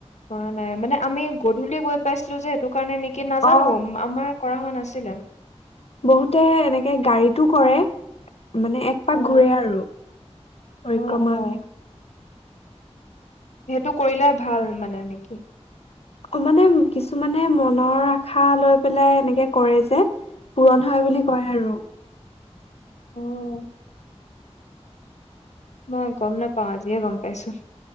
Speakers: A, on the left; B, on the left.
A: ক নাই মানে আমি গধূলি গৈ পাইছিলো যে এইেই। কাৰণে নেকি নাজানো
B: অ
A: আমাৰ কৰা হোৱা নাছিল। ছিলা
B: বহুতে এনেকে গাড়ীতটো কৰে। মানে এক পাক
A: অ
B: ঘূৰে আৰু পৰিক্ৰমা
A: অ অ
B: বুলি
A: সেইটো কৰিলে ভাল মানে নেকি?
B: মানে কিছুমানে মনৰ আশা লৈ পেলাই এনেকে কৰে যে। পূৰণ হয় বুলি কয় আৰু।
A: অহ। মই গম নাপাওঁ আজিয়ে গম পাইছো।